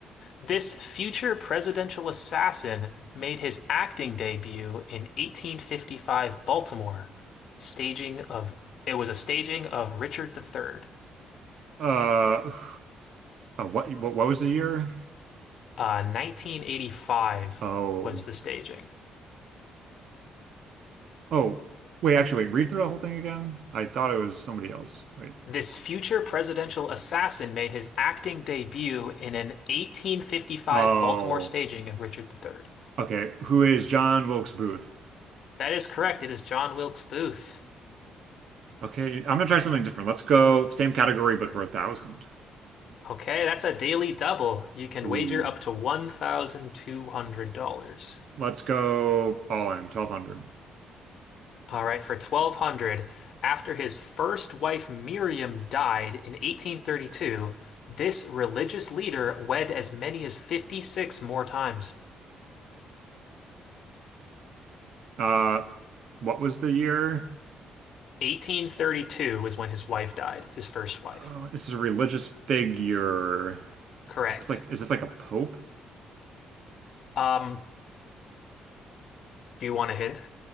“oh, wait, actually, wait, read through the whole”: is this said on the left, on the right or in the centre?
Right